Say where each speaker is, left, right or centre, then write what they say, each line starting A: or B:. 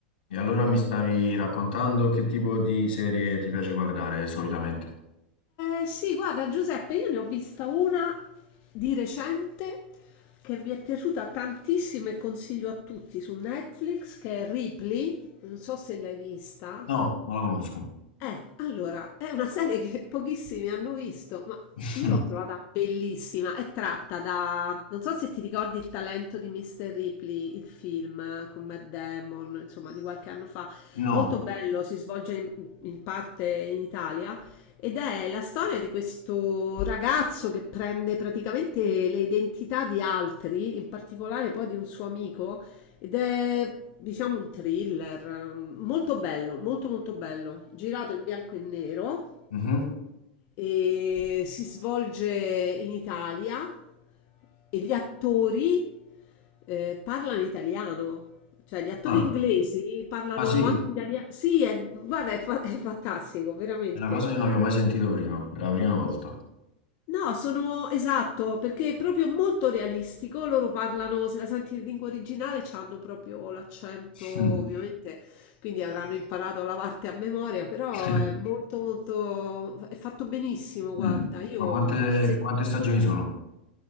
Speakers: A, on the left; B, on the left.
A: E allora mi stavi raccontando che tipo di serie ti piace guardare solitamente?
B: Eh sì, guarda Giuseppe, io ne ho vista una di recente che vi è piaciuta tantissimo e consiglio a tutti su Netflix, che è Ripley, non so se l'hai vista.
A: No, non la conosco.
B: Eh, allora, è una serie che pochissimi hanno visto, ma
A: <laughs>
B: io l'ho trovata bellissima. È tratta da... Non so se ti ricordi il talento di Mr. Ripley, il film eh, con Matt Damon, insomma, di qualche anno fa.
A: No.
B: Molto bello, si svolge in, in parte in Italia ed è la storia di questo ragazzo che prende praticamente le identità di altri, in particolare poi di un suo amico ed è, diciamo, un thriller mm, molto bello, molto molto bello, girato in bianco e nero
A: Mhm.
B: e si svolge in Italia e gli attori eh, parlano italiano. Cioè, gli attori
A: Ah.
B: inglesi parlano
A: Ah, sì,
B: anche italiano. Sì, è- guarda, è, fa- è fantastico, veramente.
A: è una cosa che non avevo mai sentito prima, è la prima volta.
B: No, sono esatto, perché è proprio molto realistico. Loro parlano, se la senti in lingua originale, hanno proprio l'accento, ovviamente,
A: Mm.
B: quindi avranno imparato la parte a memoria, però
A: <laughs>
B: è molto molto è fatto benissimo, guarda.
A: Mm.
B: Io
A: Ma quante,
B: se
A: quante stagioni sono?